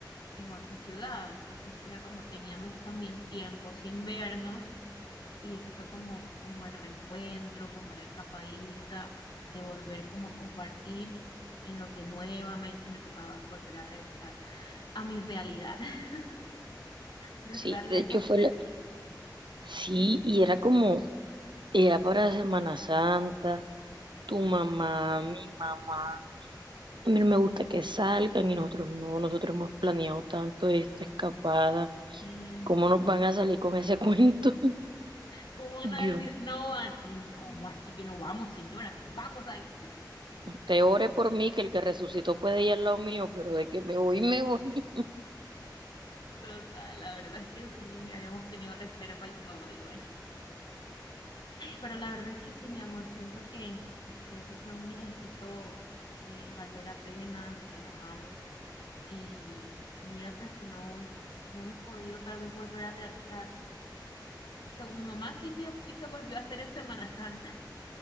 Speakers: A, on the left (about 75°); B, on the right (about 85°).
A: en otra ciudad, entonces era como teníamos también tiempo sin vernos y ese fue como, como el reencuentro, como la escapadita de volver como a compartir en lo que nuevamente me tocaba volver a regresar a mi realidad <laughs> de
B: Sí,
A: estar lejos
B: de hecho fue
A: de
B: la...
A: ti.
B: Sí, y era como, era para Semana Santa, tu mamá, mi mamá. A mí no me gusta que salgan y nosotros no, nosotros hemos planeado tanto esta escapada.
A: Sí,
B: ¿Cómo nos van a salir con ese <laughs> cuento?
A: ¿cómo van a
B: Yo.
A: decir? No van, Um, ¿cómo así que no vamos, señora? Sí, vamos ahí.
B: Te ore por mí, que el que resucitó puede ir al lado mío, pero de que me voy, me voy.
A: Total, la verdad es que sí, habíamos tenido reserva y todo, y bueno. Pero la verdad es que sí, mi amor, siento que, que eso fue un viajecito que valió la pena, nos relajamos. y, y mira pues que no, no hemos podido tal vez volver a realizarlo. Según mi mamá, sí se, sí se volvió a hacer en Semana Santa.